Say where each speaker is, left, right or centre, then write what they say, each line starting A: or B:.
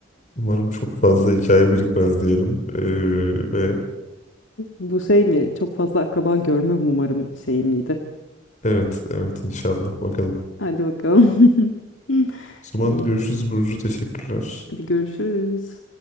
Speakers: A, on the left (about 40°); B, on the left (about 85°).
A: Umarım çok fazla hikaye birikmez diyelim. E, ve
B: Bu şey mi? Çok fazla akraba görme umarım şey miydi?
A: evet evet inşallah bakalım.
B: Hadi bakalım. <laughs>
A: O zaman
B: İyi.
A: görüşürüz Burcu. Teşekkürler.
B: Hadi görüşürüz.